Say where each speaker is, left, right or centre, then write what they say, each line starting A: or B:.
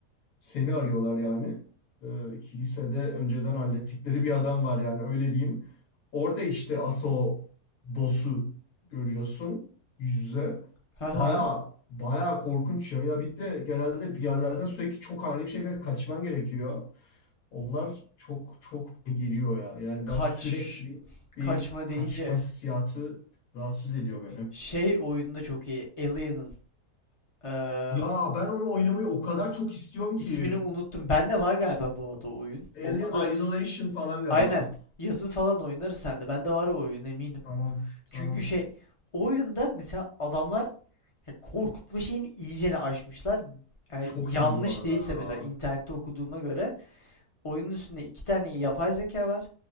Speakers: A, on the left (about 70°); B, on the left (about 30°).
A: Seni arıyorlar yani. Ee, kilisede önceden hallettikleri bir adam var yani öyle diyeyim. Orada işte Aso boss'u görüyorsun yüz yüze.
B: Ha
A: Baya baya korkunç ya. Ya bir de genelde bir yerlerden sürekli çok ani bir şekilde kaçman gerekiyor. Onlar çok çok geliyor ya. Yani
B: Kaç.
A: ben sürekli bir
B: Kaçma
A: kaçma
B: deyince.
A: hissiyatı rahatsız ediyor beni.
B: Şey oyunda çok iyi. Alien'ın. Eee
A: Ya ben onu oynamayı o kadar çok istiyorum ki.
B: İsmini unuttum. Bende var galiba bu adı oyun.
A: Alien
B: Olmadı.
A: Isolation falan galiba.
B: Aynen. Yazın falan oynarız sende. Bende var o oyun eminim.
A: Tamam, tamam.
B: Çünkü şey o oyunda mesela adamlar ya korkutma şeyini iyicene aşmışlar. Yani
A: Çok
B: yanlış
A: iyi bu arada
B: değilse
A: ya.
B: mesela internette okuduğuma göre oyunun üstünde iki tane yapay zeka var.